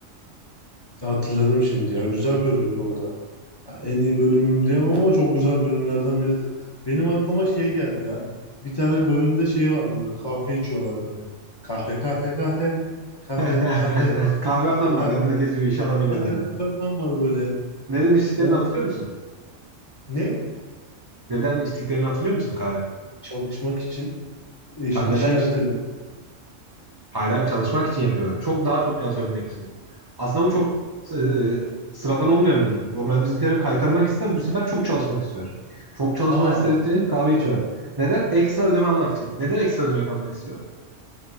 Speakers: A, on the left (about 30°); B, on the right (about 35°).
A: Hatırladım şimdi ya. Güzel bölümdü o da. Ya, En iyi bölümüm diyemem ama çok güzel bölümlerden biridir. Benim aklıma şey geldi ya. Bir tane bölümde şey vardı böyle kahve içiyorlar böyle. Kahve kahve kahve. Kahve
B: <laughs>
A: kahve
B: Kahve
A: kahve
B: adam
A: kahve.
B: var yanında geziyor iş adamıyla
A: Hani
B: beraber.
A: kahveden var böyle.
B: Neden içtiklerini
A: O
B: hatırlıyor
A: onu
B: musun?
A: ne?
B: Neden içtiklerini hatırlıyor musun kahve?
A: Çalışmak için iş,
B: Tam
A: işi
B: neden
A: erteli.
B: Hayır, hayır çalışmak için yapıyorlar. Çok daha çok çalışabilmek için. Aslında bu çok e, e, sıradan olmayan bir durum. Normal bizimkiler hep kaytarmak ister. Bu sefer çok çalışmak istiyor. Çok çalışmak
A: Aa
B: istedikleri kahve içiyor. Neden? Ekstra ödeme almak için. Neden ekstra ödeme almak istiyor?